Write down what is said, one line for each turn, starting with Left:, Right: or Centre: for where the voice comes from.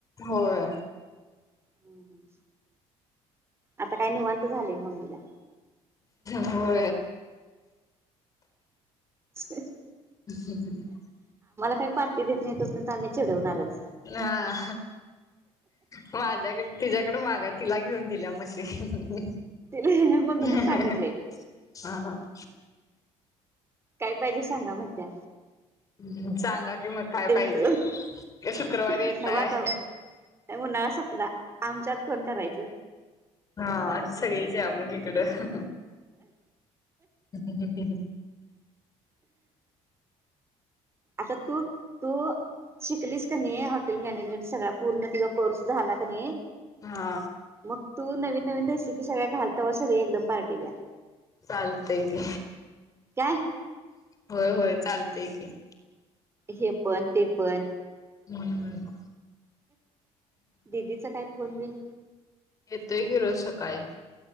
Left: होय.
Right: ह. ‌ आता काय निवांत झालेय मम्मीला
Left: हो.
Right: अ.
Left: ह् हम्मम.
Right: काही पार्टी देत नाही तोर्यंत आम्ही चीढवणारच.
Left: हा माझ्याकडे, तिच्या्याकडे मागा तिला घेऊन. दिला मशीन
Right: तिला मम्मीलाच
Left: हा
Right: सांगितलंय
Left: हहा हा. <inaudible>
Right: काय पाहिजे सांगा मनत्या.
Left: हम्म सांगा. कि मग काय
Right: देतो
Left: पाहिजे,,, शुक्रवारी येताय.
Right: नको आता उन्हाळा संपला आमच्यात कोण करायचं.
Left: हा सगळीच या मग इकडं.. <inaudible> <inaudible>
Right: आता तू तू. ‌ शिकलीस क नाही हॉटेल मॅनेजमेंट सगळा पूर्ण किंवा कोर्स झाला क नाही.
Left: हा.
Right: मग तू नवीन नवीन रेसिपी सगळ्या घाल तवा एकदम सगळी पारठीी द्या.
Left: चालतय की,
Right: काय
Left: होय होय चालतय की.
Right: हे पण, ते पण
Left: हम्म ह.
Right: दिदीच काय फोनबिन.
Left: येतोय की रोज सकाळी.